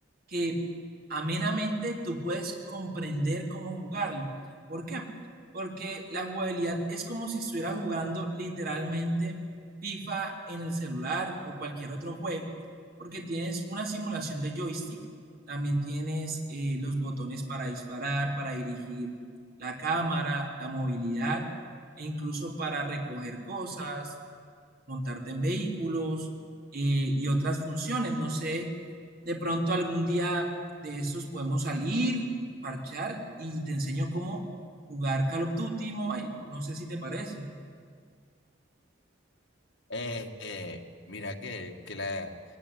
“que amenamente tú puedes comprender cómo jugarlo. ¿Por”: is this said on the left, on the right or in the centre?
Right